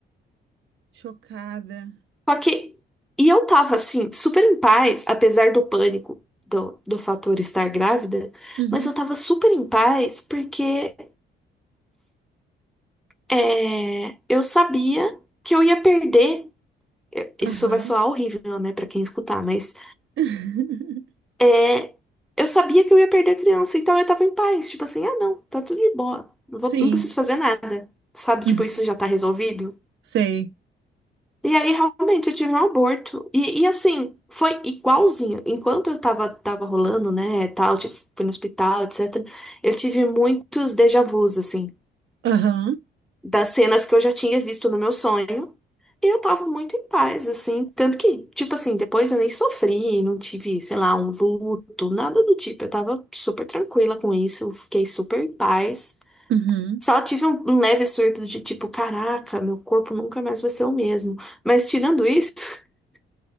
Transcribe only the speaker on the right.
Chocada.
Uhum,
aham.
<laughs>
Sim.
Uhum.
Sei.
Aham.
Uhum.